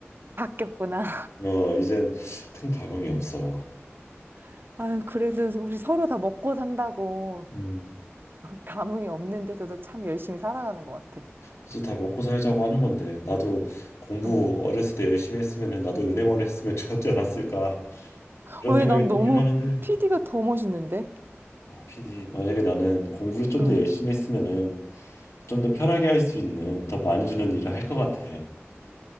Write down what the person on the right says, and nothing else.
바뀌었구나.
<laughs> 아유, 그래도 우리 서로 다 먹고 산다고
감흥이 없는데서도 참 열심히 살아가는 것 같아.
응.
왜
난
너무
PD가 더 멋있는데?
응.